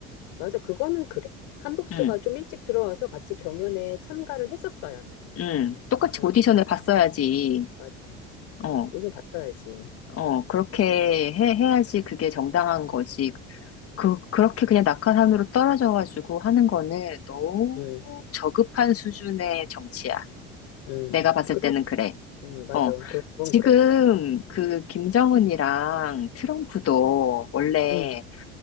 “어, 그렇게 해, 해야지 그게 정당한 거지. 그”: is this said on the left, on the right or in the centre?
Left